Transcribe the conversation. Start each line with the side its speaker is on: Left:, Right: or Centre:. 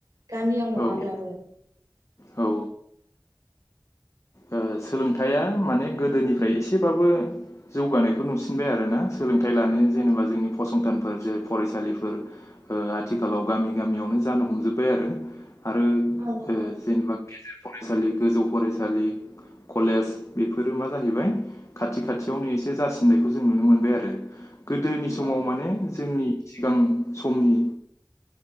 Right: गामियाव नङाब्लाबो
Left: औ औ ओ सोलोंथाइया माने गोदोनिफ्राय एसेबाबो जौगानायखौ नुसिनबाय आरो ना सोलोंथाइ लानो
Right: औ
Left: जेनेबा जोंनि फसं संथानफोर जेरै फरायसालिफोर आथिखालाव गामि गामियावनो जानो हमजोब्बाय आरो आरो
Right: नंगौ
Left: ओ जेनेबा गेजेर फरायसालि गोजौ फरायसालि कलेज बेफोरो मा जाहैबाय खाथि खाथियावनो एसे जासिननायखौ जों नुनो मोनबाय आरो। गोदोनि
Right: औ
Left: समाव माने जोंनि सिगां समनि